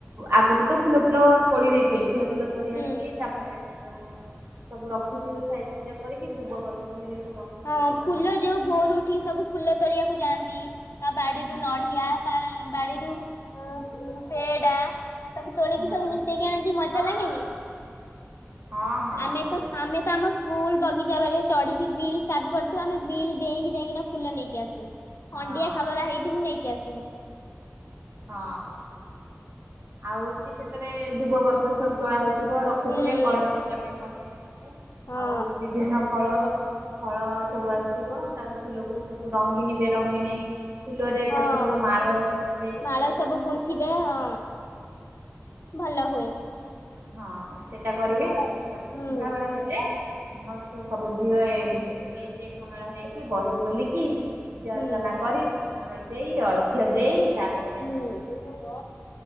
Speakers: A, on the right (about 60°); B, on the left (about 65°).
A: ଆଗୁରୁ ତ ଫୁଲ ଫୁଲ ତୋଳି ଦେଇଥିବେ ଫୁଲ ଫୁଲ ତୋଳି
B: ହୁଁ
A: ଆଣିକି ତାପରେ ହଁ ସବୁ ରଖିଥିବେ ସାଇ ପୁଜା କରିକି ଦୁବ ବରକୋଳି ହାରିକା ସବୁ ରଖିକି।
B: ହଁ
A: ତାପରେ
B: ଫୁଲ
A: ମା
B: ଯୋଉ ଭୋରୁ ଉଠିକି ସବୁ ଫୁଲ ତୋଳିଆକୁ ଯାଆନ୍ତି ବାଡିରୁ
A: ହୁଁ
B: ନଢ଼ିଆ କା ବାଢି ଯୋଉ ପେଏଡ଼ା ସବୁ ତୋଳିକି
A: ହଁ
B: ସବୁ ଲୁଚେଇକି ଆଣନ୍ତି। ମଜା
A: ହଁ
B: ଲାଗେନି?
A: ହଁ ହଁ।
B: ଆମେ ତ ଆମେ ତ ଆମ ସ୍କୁ ସ୍କୁଲ ବଗିଚା ବାଟେ ଚଢିକି ଗ୍ରିଲ୍ ଚାବି ପଡିଥିବା, ଆମେ ଗ୍ରିଲ୍ ଡେଇଁକି ଯାଇକିନା ଫୁଲ ନେଇକି ଆସୁ।
A: ହଁ
B: ଖଣ୍ଡିଆ ଖାବରା ହେଇଥିବୁ ନେଇକି ଆସୁ। <unintelligible>
A: ହଁ ଆଉ ହୋଉଚି ସେଥିରେ ଦୁବ ବରକୋଳି ସେ ସବୁ ତୋଳା ହେଇଥିବ ରଖିଥିବେ
B: ହୁଁ
A: କଳସ ବସେଇବା ପାଇଁ ନଡିଆ
B: ହଁ
A: ଆଉ ବିଭିନ୍ନ ଫଳ ଫଳ ସବୁ ଆସି ଥିବ ତା ପରେ ଫୁଲକୁ ସବୁ ରଙ୍ଗିନୀ ବେରଙ୍ଗିନୀ ଫୁଲରେ
B: ହଁ
A: ତାକୁ ସବୁ ମାଳ ରେ ସଯେଇକି
B: ମାଳ ସବୁ ଗୁନ୍ଥିବେ ହଁ ଭଲ ହୁଏ।
A: ହଁଅ ସେଇଟା କରିବେ
B: ହୁଁ
A: ତା ପରେ
B: ହୁଁ
A: ସନ୍ଧ୍ୟାବେଳ ହେଲେ ସମସ୍ତେ ସବୁ ଝିଅ ଏକଜୁ ହେଇକି ଏକମେଳ ହେଇକି ବହି ବୋଲିକି କି ପୂଜାର୍ଚ୍ଚନା
B: ହୁଁ
A: କରି ସଞ୍ଜ ବେଳେ ଦେଇ ଅର୍ଘ୍ୟ ଦେଇ ତା ପ
B: ହୁଁ ହୁଁ ହୁଁ।